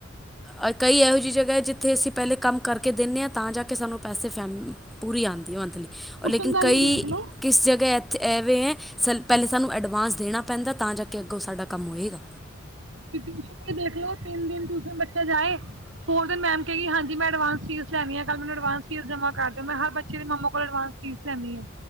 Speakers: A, in the centre; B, on the right (about 75°).
A: ਅ ਕਈ ਇਹੋ ਜਿਹੀ ਜਗ੍ਹਾ ਐ, ਜਿੱਥੇ ਅਸੀਂ ਪਹਿਲੇ ਕੰਮ ਕਰਕੇ ਦਿੰਨੇ ਆ, ਤਾਂ ਜਾ ਕੇ ਸਾਨੂੰ ਪੈਸੇ ਫੈਮ ਪੂਰੀ ਆਂਦੀ ਹੈ ਮੰਥਲੀ
B: ਟਿਊਸ਼ਨ
A: ਔਰ ਲੇਕਿਨ
B: ਦਾ
A: ਕਈ
B: ਹੀ ਦੇਖ ਲਓ
A: ਕਿਸ ਜਗ੍ਹਾ ਇੱਥੇ ਐਵੇ ਐ, ਸ ਪਹਿਲੇ ਸਾਨੂੰ ਐਡਵਾਂਸ ਦੇਣਾ ਪੈਂਦਾ ਤਾਂ ਜਾ ਕੇ ਅੱਗੋਂ ਸਾਡਾ ਕੰਮ ਹੋਏਗਾ।
B: ਟਿਊਸ਼ਨ ਦਾ ਦੇਖ ਲੋੋ ਤਿੰਨ ਦਿਨ ਟਿਊਸ਼ਨ ਬੱਚਾ ਜਾਏ ਫੋਰ ਦਿਨ ਤੇ ਮੈਮ ਕਿਹੇਗੀ ਕੀ ਹਾਂਜੀ ਮੈਂ ਐਡਵਸ ਫੀਸ ਲੈਣੀ ਐ, ਕੱਲ ਮੈਨੂੰ ਅਡਵਾਂ ਫੀਸ ਜਮ੍ਹਾਂ ਕਰ ਦਿਓ ਮੈਂ ਹਰ ਬੱਚੇ ਦੇ ਮਮਾ ਕੋਲ ਅਡਵਾਂਸ ਫੀਸ ਲੈਂਦੀ ਐ,